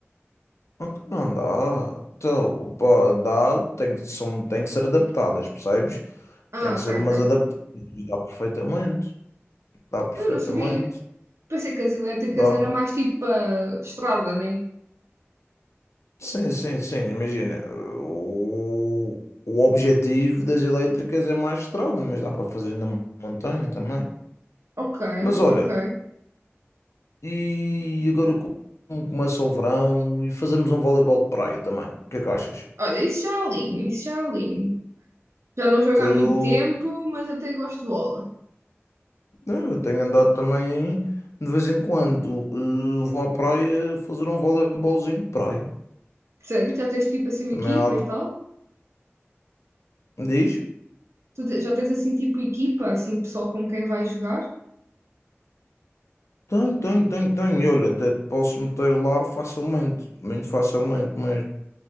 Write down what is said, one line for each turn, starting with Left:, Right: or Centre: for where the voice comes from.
Left: Ok, Não dá. Então, pá, dá, tem que, são, tem que ser adaptadas, percebes?
Right: Ah,
Left: Tem que ser
Right: ok,
Left: umas
Right: ok.
Left: adaptadas. E Dá perfeitamente. Dá perfeitamente.
Right: Mas eu não sabia. Pensei que as elétricas
Left: Dá.
Right: era mais tipo a estrada, né?
Left: Sim, sim, sim, imagina. O, o objetivo das elétricas é mais estrada, mas dá para fazer na montanha também.
Right: Ok,
Left: Mas olha,
Right: ok.
Left: e agora como começa o verão e fazermos um voleibol de praia também. O que é que achas?
Right: Olha, isso já alinho, isso já alinho. Já não jogo
Left: Eu,
Right: há muito tempo, mas até gosto de bola.
Left: não, eu tenho andado também de vez em quando. eh, vou à praia fazer um voleibolzinho de praia.
Right: Sério? Já tens tipo assim uma
Left: Também
Right: equipa
Left: há algo
Right: e
Left: que
Right: tal?
Left: me diz.
Right: Tu te- Já tens assim tipo equipa, assim pessoal com quem vais jogar?
Left: Tenho, tenho, tenho, tenho. E olha, até te posso meter lá facilmente, muito facilmente mesmo.